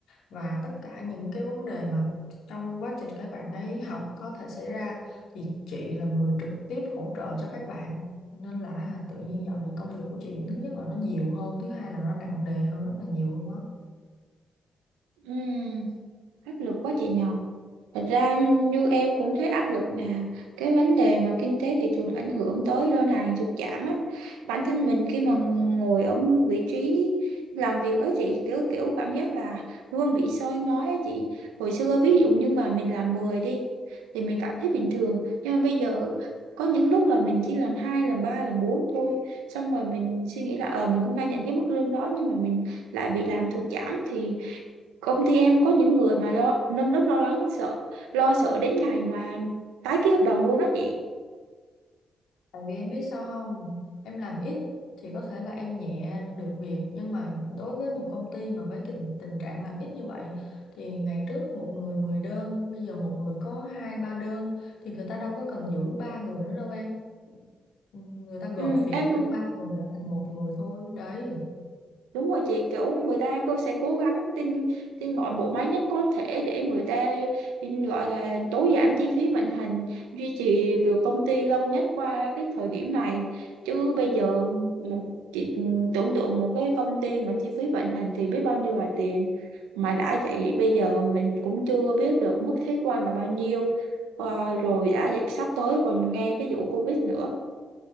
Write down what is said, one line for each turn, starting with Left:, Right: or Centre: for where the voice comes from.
Left: Và tất cả những cái vấn đề mà trong quá trình các bạn ấy học có thể xảy ra thì chị là người trực tiếp hỗ trợ cho các bạn. Nên là tự nhiên dạo này công việc của chị thứ nhất là nó nhiều hơn, thứ hai là nó nặng nề hơn rất là nhiều luôn á.
Right: Ừ, áp lực quá chị nhờ. Thật ra như em cũng thấy áp lực nè cái vấn đề mà kinh tế thị trường ảnh hưởng tới đơn hàng sụt giảm á bản thân mình khi mà ngồi ở vị trí làm việc á chị kiểu kiểu cảm giác là luôn bị soi mói á chị hồi xưa ví dụ như mà mình làm 10 đi thì mình cảm thấy bình thường nhưng mà bây giờ có những lúc là mình chỉ làm hai làm ba làm bốn thôi xong rồi mình suy nghĩ là ờ mình cũng đang nhận cái mức lương đó nhưng mà mình lại bị làm sụt giảm thì công ty em có những người mà lo nơm nớp lo lắng sợ lo sợ đến ngày mà tái ký hợp đồng luôn á chị
Left: Tại vì em biết sao không, em làm ít thì có thể là em nhẹ được việc nhưng mà đối với một công ty mà với tình, tình trạng làm ít như vậy thì ngày trước một người 10 đơn, bây giờ một người có hai ba đơn thì người ta đâu có cần giữ ba người nữa đâu em. Người ta gộp
Right: ừ,
Left: việc
Right: em
Left: của ba người để thành một người thôi. Đấy.
Right: đúng rồi chị kiểu người ta cô sẽ cố gắng tin tin gọi bộ máy nhất có thể để người ta tin gọi là tối giản chi phí vận hành duy trì được công ty lâu nhất qua cái thời điểm này chứ bây giờ một chị tưởng tượng một cái công ty mà chi phí vận hành thì biết bao nhiêu là tiền mà đã vậy bây giờ mình cũng chưa biết được mức thuế quan là bao nhiêu Ờ, rồi đã vậy sắp tới còn nghe cái vụ Covid nữa